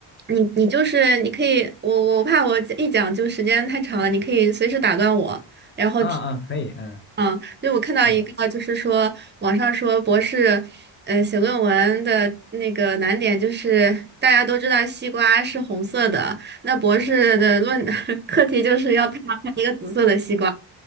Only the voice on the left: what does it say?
啊啊，可以，嗯
嗯